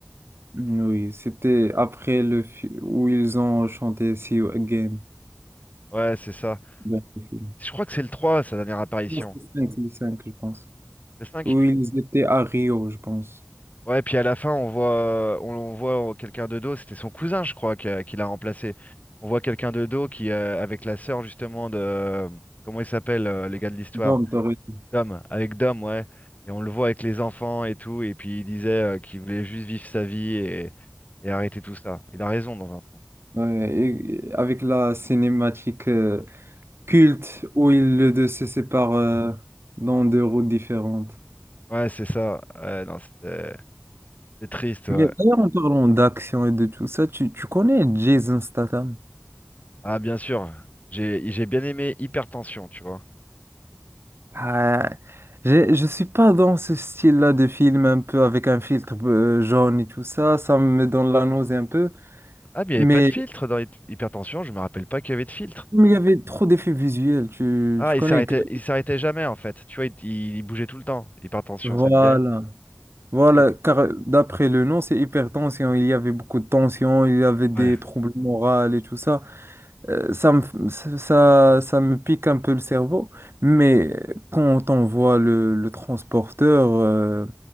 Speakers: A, on the right; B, on the left.
A: Mm, Oui, c'était après le fi- où ils ont chanté See You Again.
B: Ouais, c'est ça.
A: vers le film.
B: Je crois que c'est le 3 sa dernière apparition.
A: Non, C'est le 5, c'est le 5, je pense.
B: Le cinq
A: Où ils étaient à Rio, je pense.
B: Ouais, puis à la fin, on voit, on, on voit oh, quelqu'un de dos, c'était son cousin, je crois, qui, a- qui l'a remplacé. On voit quelqu'un de dos qui, euh, avec la sœur, justement, de. Comment il s'appelle, euh, le gars de l'histoire?
A: Dans Torino.
B: Dom, avec Dom, ouais. Et on le voit avec les enfants et tout, et puis il disait euh, qu'il voulait juste vivre sa vie et, et arrêter tout ça. Il a raison dans un sens.
A: Ouais, et- et avec la cinématique euh, culte où ils le deux se séparent euh, dans deux routes différentes.
B: Ouais, c'est ça. Ouais, non, c'était. C'est triste, ouais.
A: Mais d'ailleurs, en parlant d'action et de tout ça, tu, tu connais Jason Statham?
B: Ah, bien sûr. J'ai j'ai bien aimé Hypertension, tu vois.
A: Ah, j'ai- je suis pas dans ce style-là de film un peu avec un filtre euh, jaune et tout ça, ça me donne la nausée un peu.
B: Ah, mais il n'y
A: Mais
B: avait pas de filtre dans Hy- Hypertension, je me rappelle pas qu'il y avait de filtre.
A: comme il y avait trop d'effets visuels, tu,
B: Ah,
A: tu
B: il
A: connais.
B: s'arrêtait,
A: car-
B: il s'arrêtait jamais, en fait. Tu vois, il, il- il bougeait tout le temps. Hypertension,
A: Voilà,
B: ça te dit rien?
A: voilà,
B: Oui.
A: car d'après le nom, c'est hypertension, il y avait beaucoup de tension, il y avait des
B: Ouais.
A: troubles moraux et tout ça. Euh, ça me, f- ça, ça me pique un peu le cerveau, mais quand on voit le, le transporteur, euh,